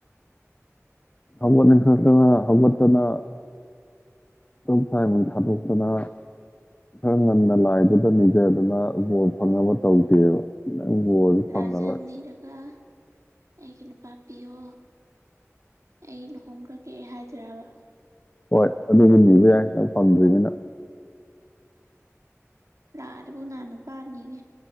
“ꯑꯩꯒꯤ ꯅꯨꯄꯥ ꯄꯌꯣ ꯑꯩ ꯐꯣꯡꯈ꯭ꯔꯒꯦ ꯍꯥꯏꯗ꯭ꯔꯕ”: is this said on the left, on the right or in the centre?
Right